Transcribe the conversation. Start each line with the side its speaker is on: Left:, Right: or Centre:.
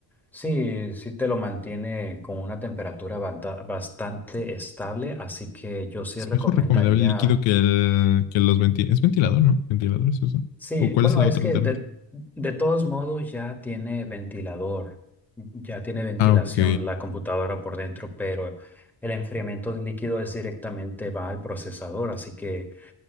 Centre: Sí, sí te lo mantiene con una temperatura banta- bastante estable, así que yo sí
Left: es
Centre: recomendaría
Left: mejor recomendable el líquido que, el, que los ventiladores. Es ventilador, ¿no? Ventilador es eso.
Centre: Sí,
Left: ¿O cuál
Centre: bueno,
Left: es la
Centre: es
Left: otra
Centre: que
Left: alternativa?
Centre: de, de todos modos ya tiene ventilador, ya tiene ventilación
Left: Ah, ok,
Centre: la computadora por dentro, pero el enfriamiento del líquido es directamente va al procesador, así que